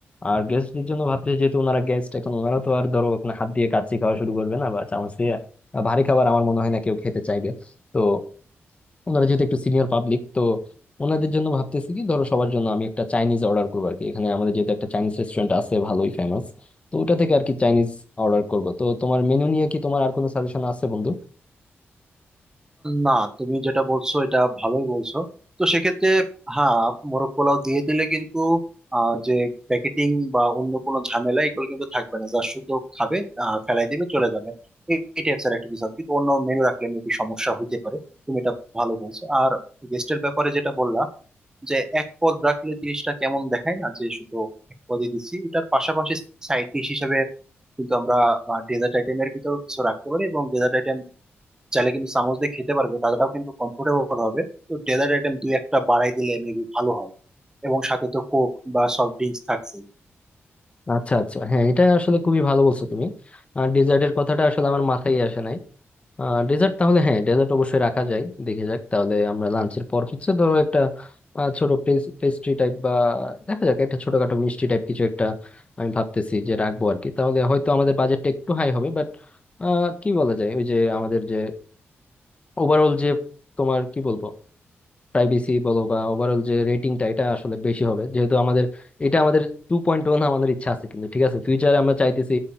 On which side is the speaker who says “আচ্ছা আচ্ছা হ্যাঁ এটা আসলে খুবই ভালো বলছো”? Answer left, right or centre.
Left